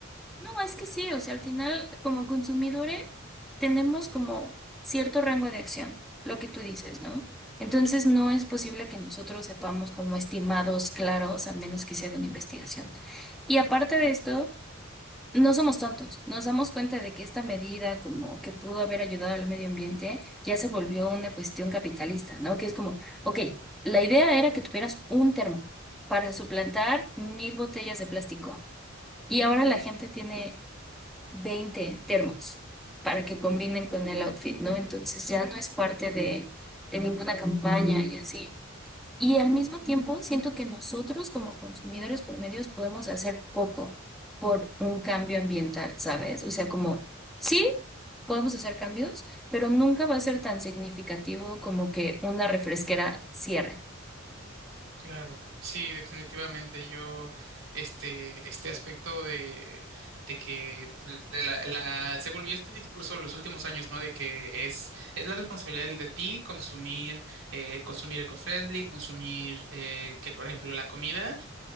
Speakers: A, in the centre; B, on the right.
A: No, es que sí, o sea, al final como consumidores tenemos como cierto rango de acción, lo que tú dices, ¿no? Entonces no es posible que nosotros sepamos como estimados claros a menos que se haga una investigación. Y aparte de esto, no somos tontos, nos damos cuenta de que esta medida como que pudo haber ayudado al medio ambiente ya se volvió una cuestión capitalista, ¿no? Que es como, ok, la idea era que tuvieras un termo para suplantar mil botellas de plástico. Y ahora la gente tiene 20 termos para que combinen con el outfit, ¿no? Entonces ya no es parte de, de ninguna campaña y así. Y al mismo tiempo, siento que nosotros como consumidores promedios podemos hacer poco por un cambio ambiental, ¿sabes? O sea, como sí, podemos hacer cambios, pero nunca va a ser tan significativo como que una refresquera cierre.
B: Claro, sí, definitivamente. Yo, este, este aspecto de, de que pues, de la, la- se volvió este discurso en los últimos años, ¿no? De que es, es la responsabilidad de ti consumir, eh, consumir eco-friendly, consumir, eh, que por ejemplo la comida